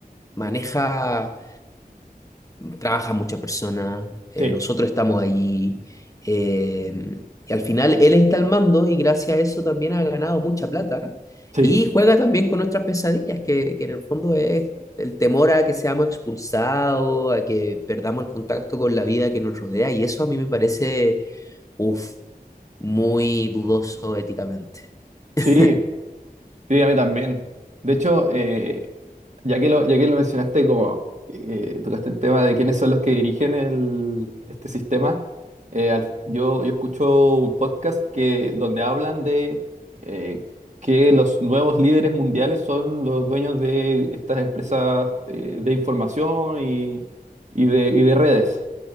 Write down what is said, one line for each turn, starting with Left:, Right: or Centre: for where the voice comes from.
Left: maneja trabaja mucha persona, eh,
Right: sí,
Left: nosotros estamos allí, eh, y al final él está al mando y gracias a eso también ha ganado mucha plata
Right: sí,
Left: y juega también con nuestras pesadillas, que, que en el fondo es el temor a que seamos expulsados, a que perdamos el contacto con la vida que nos rodea y eso a mí me parece, uf, muy dudoso éticamente.
Right: sí.
Left: <laughs>
Right: Sí, a mí también. De hecho, eh, ya que lo, ya que lo mencionaste, como eh, tocaste el tema de quiénes son los que dirigen el, este sistema, eh, al- yo, yo escucho un podcast que, donde hablan de eh, que los nuevos líderes mundiales son los dueños de estas empresas eh, de información y, y de, y de redes.